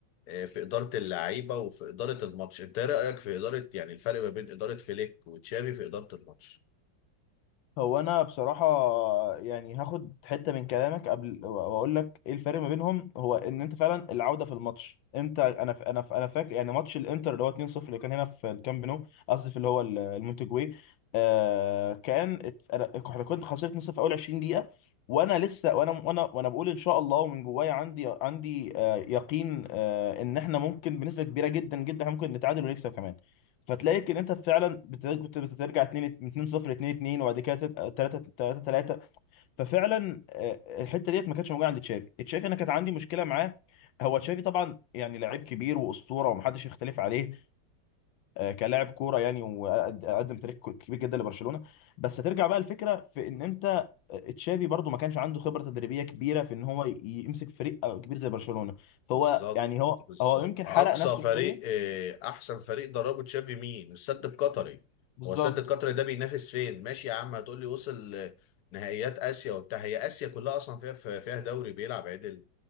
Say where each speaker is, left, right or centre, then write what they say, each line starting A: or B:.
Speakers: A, on the left; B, on the left.
A: آه، في إدارة اللعيبة وفي إدارة الماتش أنت إيه رأيك في إدارة يعني الفرق ما بين إدارة فليك وتشافي في إدارة الماتش
B: هو انا بصراحه يعني هاخد حته من كلامك قبل واقول لك ايه الفرق ما بينهم هو ان انت فعلا العوده في الماتش انت انا ف... انا ف... انا فاكر يعني ماتش الانتر اللي هو 2-0 اللي كان هنا في الكامب نو قصدي في اللي هو ال- المونتجوي آه كان ات- انا احنا كنت خسرت 2-0 في اول 20 دقيقه وانا لسه وانا وانا وانا بقول ان شاء الله ومن جوايا عندي عندي آه يقين آه ان احنا ممكن بنسبه كبيره جدا جدا احنا ممكن نتعادل ونكسب كمان فتلاقيك ان انت فعلا بت- بت- بترجع 2 2 0 2 2 وبعد كده 3 3 3 ففعلا آه، الحته ديت ما كانتش موجوده عند تشافي تشافي انا كانت عندي مشكله معاه هو تشافي طبعا يعني لعيب كبير واسطوره ومحدش يختلف عليه آه، كلاعب كوره يعني وقدم تاريخ كو- كبير جدا لبرشلونه بس ترجع بقى الفكره في ان انت آه، تشافي برضو ما كانش عنده خبره تدريبيه كبيره في ان هو ي- يمسك فريق آه، كبير زي برشلونه فهو
A: بالظبط
B: يعني هو
A: بالظبط
B: هو يمكن
A: أقصى
B: حرق نفسه شويه
A: فريق آه، أحسن فريق دربه تشافي مين السد القطري
B: بالظبط
A: هو السد القطري ده بينافس فين ماشي يا عم هتقول لي وصل آه، نهائيات آسيا وبتاع هي آسيا كلها أصلا فيها فيها دوري بيلعب عدل